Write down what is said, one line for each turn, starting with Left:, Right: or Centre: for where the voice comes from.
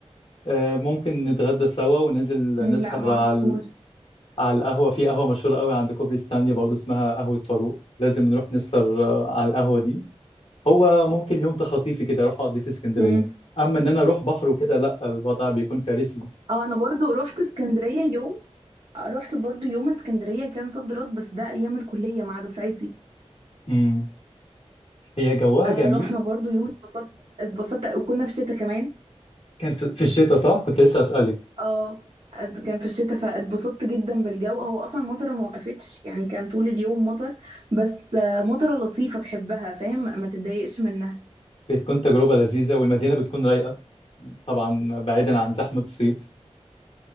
Left: آه، ممكن نتغدى سوا وننزل
Right: أمم،
Left: نسهر
Right: لا ما
Left: على
Right: اعرفوش
Left: على القهوة في قهوة مشهورة قوي عند كوبري ستانلي برضه اسمها قهوة فاروق لازم نروح نسهر آه، على القهوة دي هو ممكن يوم تخطيفي كده اروح اقضي في اسكندرية
Right: امم
Left: اما ان انا اروح بحر وكده لا الوضع بيكون كارثي
Right: اه انا برضو رحت اسكندرية يوم آه، رحت برضو يوم اسكندرية كان صد رد بس ده ايام الكلية مع دفعتي
Left: مم. هي جوها
Right: آه
Left: جميل
Right: رحنا برضو يوم اتبسطت اتبسطت وكنا في الشتاء كمان
Left: كان في في الشتاء صح كنت لسه اسالك
Right: اه ات- كان في الشتاء فاتبسطت جدا بالجو هو اصلا المطره ما وقفتش يعني كان طول اليوم مطر بس آه، مطره لطيفة تحبها فاهم ما تتضايقش منها
Left: بتكون تجربة لذيذة والمدينة بتكون رايقة طبعا بعيدا عن زحمة الصيف